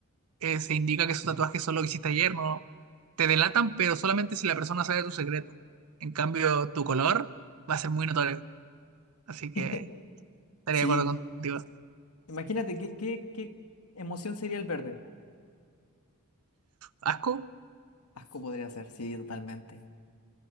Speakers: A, on the right (about 80°); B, on the left (about 85°).
A: eh, se indica que esos tatuajes son lo que hiciste ayer, ¿no? Te delatan, pero solamente si la persona sabe tu secreto. En cambio, tu color va a ser muy notorio. Así que
B: <laughs>
A: estaría
B: Sí.
A: de acuerdo contigo.
B: Imagínate, ¿qué, qué, qué emoción sería el verde?
A: ¿Asco?
B: Asco podría ser, sí, totalmente.